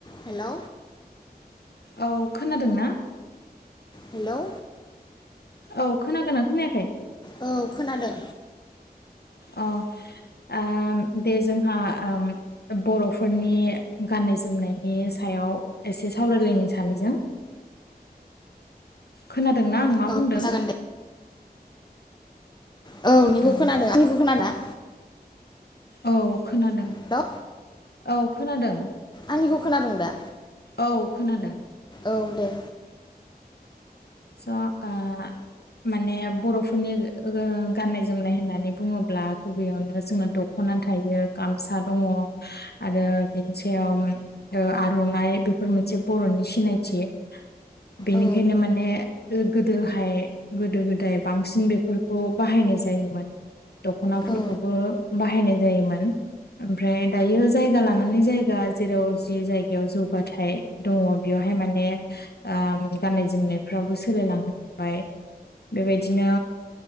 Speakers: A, on the left; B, on the left.
A: Hello
B: औ खोनादों ना
A: हेलौ
B: औ खोनागोना खोनायाखै?
A: औ खोनादों।
B: अ ओ दे जोंहा ओम बर'फोरनि गाननाय जोमनायनि सायाव एसे सावरायलायनो सानैजों खोनादोंना आं मा
A: औ
B: बुंदों?
A: जागोन दे औ नोंनिखौ
B: उम
A: खोनादों। आंनिखौ खोनादो ना?
B: औ खोनादों
A: हेलौ
B: औ खोनादों।
A: आंनिखौ खोनादों दा
B: औ खोनादों
A: औ दे
B: स ओ माने बरफोरनि ओ गाननाय जोमनाय होननानै बुङोब्ला गुबैयावनो जोंना दखना थायो गामसा दङ आरो बिनि सायाव ओ आरनाइ बेफोर मोनसे बर'नि सिनायथि बेनिखायनो
A: औ
B: माने गोदोहाय गोदो गोदाय बांसिन बेफोरखौ बाहायनाय जायोमोन। दखनाफोरखौबो
A: औ
B: बाहायनाय जायोमोन ओमफ्राय दायो जायगा लानानै जायगा जेराव जि जायगायाव जौगाथाय दङ बेयावहाय माने ओमगाननाय जोमनायफ्राबो सोलायलांनो हमबाय बेबायदिनो